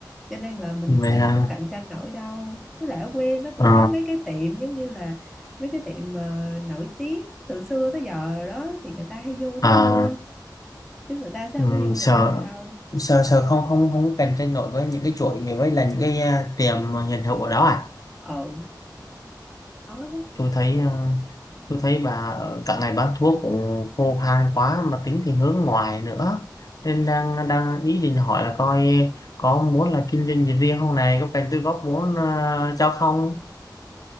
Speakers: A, in the centre; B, on the left (about 50°).
A: cho nên là mình
B: vậy
A: sẽ
B: là
A: không có cạnh tranh nổi đâu với lại ở quê nó cũng
B: ờ,
A: có mấy cái tiệm giống như là mấy cái tiệm mà nổi tiếng từ xưa tới giờ rồi đó thì người ta hay vô đó
B: à,
A: mua chứ người ta sẽ
B: ừm,
A: không có vô
B: sợ
A: mình mua đâu
B: sợ sợ không không không cạnh tranh nổi với những cái chuỗi với là những cái à, tiệm hiện hữu ở đó à
A: ừ đó
B: tôi thấy à, tôi thấy bà ở- cả ngày bán thuốc cũng khô khan quá mà tính thì hướng ngoại nữa nên đang đang ý định hỏi là coi có muốn là kinh doanh gì riêng không này có cần tôi góp vốn à, cho không